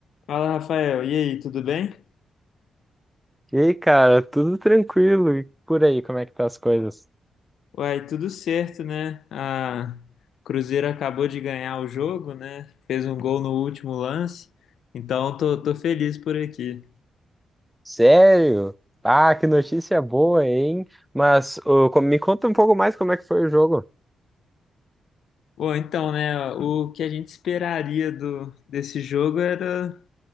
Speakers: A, on the left; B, in the centre.
A: Fala, Rafael. E aí, tudo bem?
B: E aí, cara, tudo tranquilo? E por aí, como é que tá as coisas?
A: Uai, tudo certo, né? A Cruzeiro acabou de ganhar o jogo, né? Fez um gol no último lance, então tô, tô feliz por aqui.
B: Sério? Ah, que notícia boa, hein? Mas ô, co- me conta um pouco mais como é que foi o jogo.
A: Bom, então, né? O que a gente esperaria do, desse jogo era